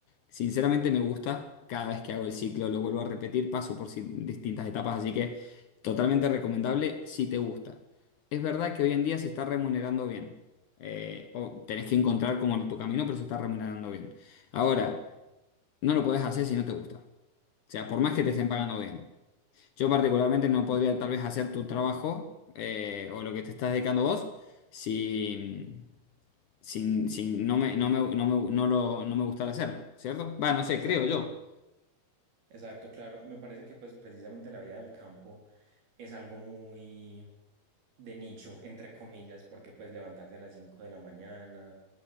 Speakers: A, on the left; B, on the right.
A: sinceramente me gusta. Cada vez que hago el ciclo lo vuelvo a repetir, paso por si- distintas etapas, así que totalmente recomendable si te gusta. Es verdad que hoy en día se está remunerando bien. Eh, o tenés que encontrar como tu camino, pero se está remunerando bien. Ahora, no lo podés hacer si no te gusta. O sea, por más
B: Ok,
A: que te estén pagando bien. Yo particularmente no podría tal vez hacer tu trabajo eh, o lo que te estás dedicando vos si, si, si no me, no me, no me- no lo, no me gustara hacerlo, ¿cierto? Va, no sé,
B: exacto.
A: creo yo.
B: Exacto, claro. Me parece que pues precisamente la vida del campo es algo muy de nicho, entre comillas, porque pues levantarse a las 5 de la mañana,